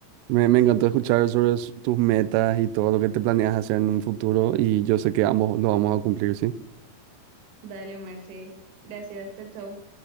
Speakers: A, on the right; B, on the right.
A: me, me encantó escuchar sobre s- tus metas y todo lo que te planeas hacer en un futuro y yo sé que ambos lo vamos a cumplir, ¿sí?
B: Dale, Marce. Gracias, chao, chao.